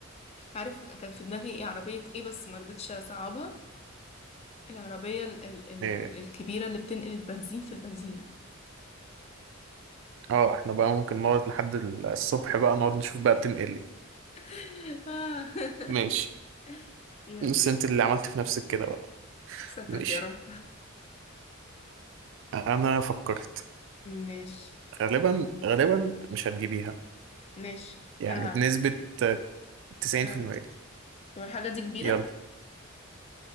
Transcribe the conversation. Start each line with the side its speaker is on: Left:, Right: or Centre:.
Left: عارف كان في دماغي ايه عربيه ايه بس ما رضيتش اصعبها العربيه ال ال ال
Right: <laughs> إيه،
Left: الكبيره اللي بتنقل البنزين في البنزينه
Right: اه احنا بقى ممكن نقعد لحد الصبح بقى نقعد نشوف بقى بتنقل إيه.
Left: <laughs> آه. <laughs>
Right: ماشي
Left: يلا
Right: بس انت اللي عملت في نفسك كده بقى
Left: سترك
Right: ماشي
Left: يا رب
Right: انا فكرت
Left: ماشي
Right: غالبا غالبا مش هتجيبيها
Left: ماشي
Right: يعني
Left: انا
Right: بنسبة
Left: هعمل
Right: 90%
Left: آه. طب الحاجه دي كبيره
Right: يلا